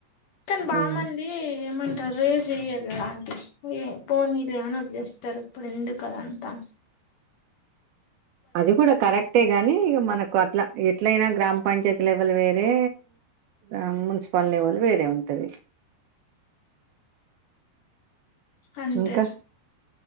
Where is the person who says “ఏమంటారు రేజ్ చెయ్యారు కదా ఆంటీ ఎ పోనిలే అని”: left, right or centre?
Left